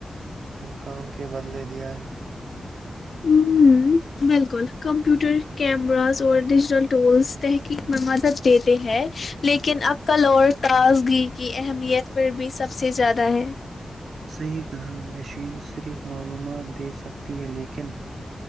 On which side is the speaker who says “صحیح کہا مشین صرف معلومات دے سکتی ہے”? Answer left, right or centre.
Right